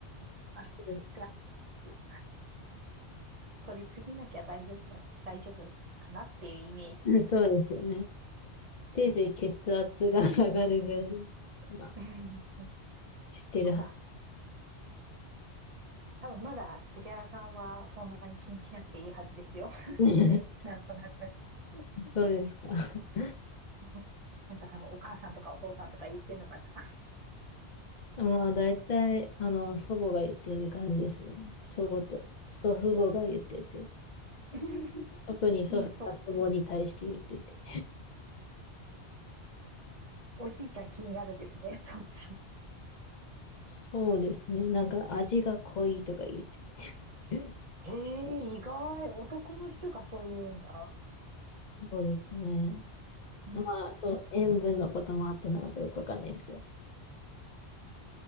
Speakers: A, on the left; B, on the right.
A: <laughs>
B: 汗、
A: そう
B: 人って汗かくし、取りすぎなきゃ大丈夫だ、大丈夫かなっていうイメージ。
A: です <laughs> そうですよね。せいぜい血圧が上がるぐらいかな。
B: うんうん
A: 知ってるは
B: まだ、多分まだ藤原さんはそんなに気にしなくていいはずですよ。<laughs>
A: ず。<laughs>
B: ね、なんとなく。<laughs>
A: そうですか。<laughs>
B: うんなんか多分お母さんとかお父さんとか言ってんのかな。
A: まあ、大体、あの、祖母が言ってる感じですね。祖母と、祖父母が言ってて。
B: <laughs>
A: 特に祖父が祖母に対して言ってて。
B: いい人、おじいちゃん気になるですね、そっち
A: そうですね。なんか味が濃いとか言ってて。
B: へえー、意外、男の人がそう言うんだ。
A: そうですね。
B: うん、
A: まあ、そう、塩分のこともあってなのかよくわかんないですけど。